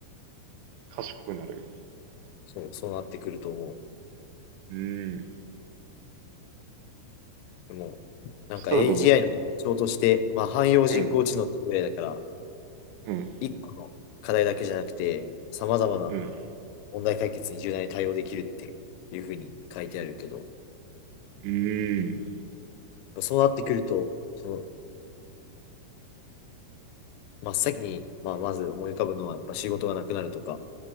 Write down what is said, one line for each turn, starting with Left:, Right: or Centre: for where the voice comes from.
Right: 賢くなる
Left: そう、そうなってくると思う。
Right: うーん
Left: でも、なんか
Right: そしたらでも
Left: AGI の特徴として、まあ、汎用人工知能っていうぐらいだから、
Right: うんうん
Left: 一個の課題だけじゃなくて、さまざまな
Right: うん
Left: 問題解決に柔軟に対応できるっていうふうに書いてあるけど、
Right: うーん
Left: そうなってくると、その真っ先に、まあ、まず思い浮かぶのは、やっぱ仕事がなくなるとか